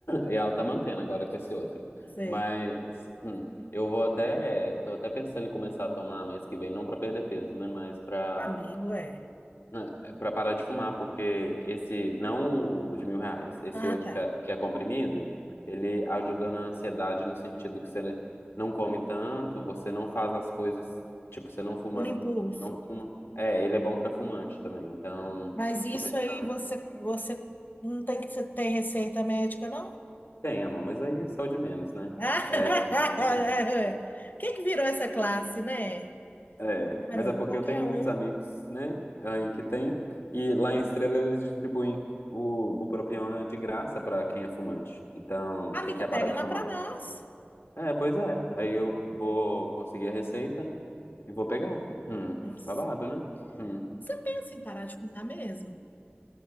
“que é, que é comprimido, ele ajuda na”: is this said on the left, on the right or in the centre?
Left